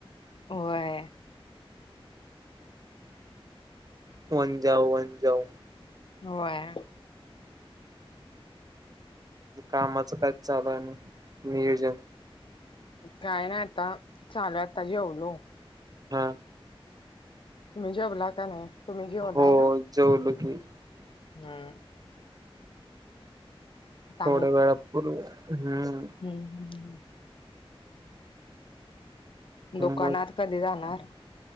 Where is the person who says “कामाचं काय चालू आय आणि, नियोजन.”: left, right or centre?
Right